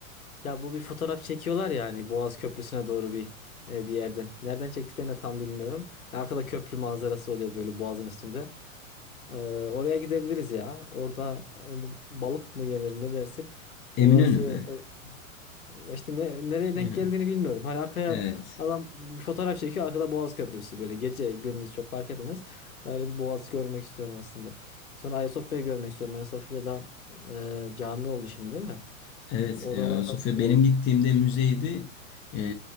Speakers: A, on the left (about 85°); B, on the left (about 30°).
A: Ya bu bir fotoğraf çekiyorlar yani Boğaz Köprüsü'ne doğru bir e, bir yerde. Nereden çektiklerini de tam bilmiyorum. Arkada köprü manzarası oluyor böyle Boğaz'ın üstünde. E, oraya gidebiliriz ya. Orada hani balık mı yenir ne dersin?
B: Eminönü
A: Orası
B: mü?
A: Ya işte ne- nereye denk
B: Hı hı.
A: geldiğini bilmiyorum. Hani arkaya
B: Evet.
A: adam bir fotoğraf çekiyor arkada Boğaz Köprüsü böyle gece gündüz çok fark etmez. Öyle bir Boğaz görmek istiyorum aslında. Sonra Ayasofya'yı görmek istiyorum. Ayasofya'da e, cami oldu şimdi değil mi?
B: Evet,
A: Oralarda
B: e, Ayasofya
A: yani
B: benim gittiğimde müzeydi. E,